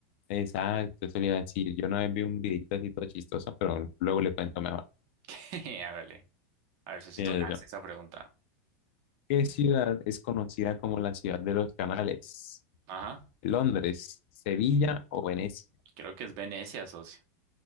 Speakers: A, on the left; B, on the right.
A: exacto, eso le iba a decir. Yo no vez vi un videito así todo chistoso, pero luego le cuento mejor.
B: <laughs> Hágale. A ver, Sosito,
A: Mire,
B: lance
A: socio,
B: esa pregunta.
A: ¿Qué ciudad es conocida como la ciudad de los canales?
B: Ajá.
A: ¿Londres, Sevilla o Venecia?
B: Creo que es Venecia, socio.